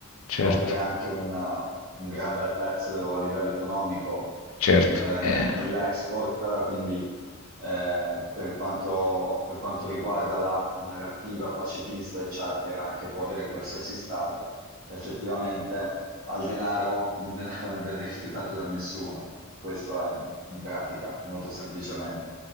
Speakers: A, on the left (about 90°); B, on the right (about 45°).
A: certo,
B: copre anche un un gran bel pezzo a livello economico
A: certo.
B: eh,
A: Eh.
B: nell'export, quindi eh, per quanto, per quanto riguarda la narrativa pacifista, eccetera, che può avere qualsiasi Stato, effettivamente al denaro, il denaro non viene rifiutato da nessuno. Questo è in pratica, molto semplicemente.